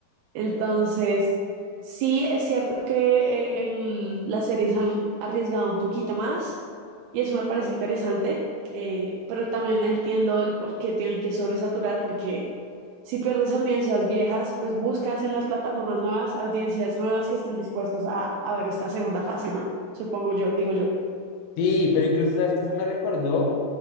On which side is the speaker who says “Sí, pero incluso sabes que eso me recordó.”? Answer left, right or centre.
Left